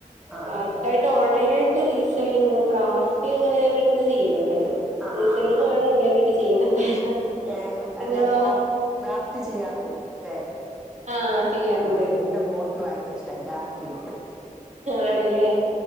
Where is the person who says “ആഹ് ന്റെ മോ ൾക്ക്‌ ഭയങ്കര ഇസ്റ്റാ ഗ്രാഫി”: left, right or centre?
Centre